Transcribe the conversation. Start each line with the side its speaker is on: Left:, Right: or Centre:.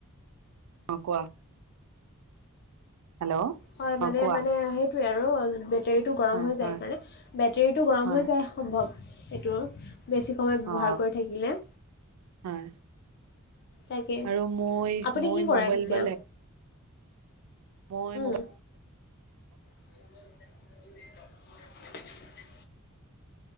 Right: অ কোৱা? হেল্ল'
Left: হয়, মানে-মানে
Right: অ কোৱা
Left: সেইটোৱে আৰু বেটেৰীটো গৰম
Right: হয়
Left: হৈ
Right: হয়
Left: যায় সেইকাৰণে। বেটেৰীটো গৰম
Right: হয়
Left: হৈ যায় সম্ভৱ, সেইটোৰ। বেছি সময় ব্যৱহাৰ
Right: অ
Left: কৰি থাকিলে।
Right: হয়।
Left: তাকে
Right: আৰু মই
Left: আপুনি
Right: মই
Left: কি কৰে
Right: মোবাইল
Left: তেতিয়া
Right: বেলেগ। মই
Left: উম,
Right: ম
Left: <inaudible>